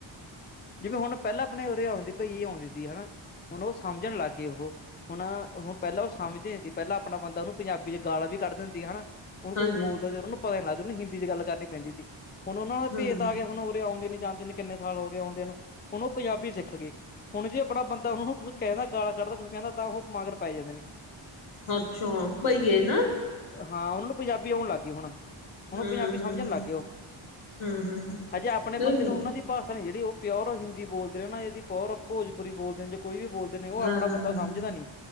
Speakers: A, on the left; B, on the left.
A: ਜਿਵੇਂ ਹੁਣ ਪਹਿਲਾਂ ਆਪਣੇ ਉਰੇ ਆਉਂਦੀ ਪਈ ਆਉਂਦੀ ਹੈ, ਹੁਣ ਬਾਈ ਉਹ ਸਮਝਣ ਲੱਗ ਗਏ ਉਹ। ਹੁਣ- ਹੁਣ ਪਹਿਲਾਂ ਉਹ ਸਮਝਦੀ ਹੁੰਦੀ, ਪਹਿਲਾਂ ਆਪਣਾ ਬੰਦਾ ਉਹਨੂੰ ਪੰਜਾਬੀ ਚ ਗਾਲਾ ਵੀ ਕੱਢ ਦ ਹੁੰਦੀ ਆ ਹੈ। ਉਹਨੂੰ
B: ਹਾਂਜੀ
A: ਕੁਝ ਬੋਲਦਾ, ਤੇ ਉਹ ਨੂੰ ਪਤਾ ਨ ਲੱਗਦਾ ਉਹਨੂੰ ਹਿੰਦੀ ਚ ਗੱਲ ਕਰਨੀ ਪੈਂਦੀ ਸੀ। ਹੁਣ ਉਹਨਾਂ ਦਾ
B: ਹਾਂ
A: ਭੇਤ ਆ ਗਿਆ, ਹੁਣ ਉਰੇ ਆਉਂਦੇ ਨੀ ਜਾਂਦੇ ਨੇ ਕਿੰਨੇ ਸਾਲ ਹੋ ਗਏ ਆਉਂਦੇ ਨੂੰ ਹੁਣ ਉਹ ਪੰਜਾਬੀ ਸਿੱਖ ਗਏ ਹੁਣ ਜੇ ਆਪਣਾ ਬੰਦਾ ਉਹ ਨੂੰ ਕੁ ਕਹਿੰਦਾ ਗਾਲਾ ਕੱਢਦੇ ਕੁਛ ਕਹਿੰਦਾ ਤਾਂ ਉਹ ਮਾਗਰ ਪੈ ਜਾਂਦੇ ਨੇ
B: ਅੱਛਾ ਬਈਏ ਨਾ
A: ਹਾਂ ਉਹਨਾਂ ਨੂੰ ਪੰਜਾਬੀ ਆਉਣ ਲੱਗ ਗਈ ਹੁਣ ਹੁਣ
B: ਹਮ-
A: ਉਹ ਪੰਜਾਬੀ ਸਮਝਣ
B: ਹਮ
A: ਲੱਗ
B: ਹਮ
A: ਹਜੇ ਆਪਣੇ
B: ਹਮ
A: ਬੰਦੇ ਨੂੰ ਉਹਨਾਂ
B: ਹਾਂ
A: ਦੀ ਭਾਸ਼ਾ ਜਿਹੜੀ ਉਹ ਪਿਓਰ ਹਿੰਦੀ ਬੋਲਦੇ ਨਾਦੀ ਪਿਓਰ ਭੋਜਪੁਰੀ ਬੋਲਦੇ ਨੇ ਜਾਂ ਕੋਈ ਵੀ ਬੋਲਦੇ ਨੇ ਉਹ ਆਪਣਾ
B: ਹਾਂ ਹਾਂ
A: ਬੰਦਾ ਸਮਝਦਾ ਨੀ,